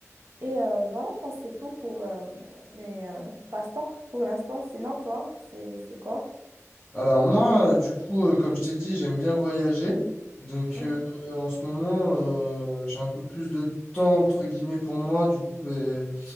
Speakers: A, on the right; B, on the left.
A: Et euh, voilà, je pense que c'est tout pour euh, mes euh, passe-temps <laughs> pour l'instant. Sinon, toi, c'est c'est quoi?
B: Alors moi, euh, du coup, euh, comme je t'ai dit, j'aime bien voyager. Donc
A: Mhm,
B: euh, en ce moment, euh, j'ai un peu plus de temps, entre guillemets, pour moi. Du coup, ben,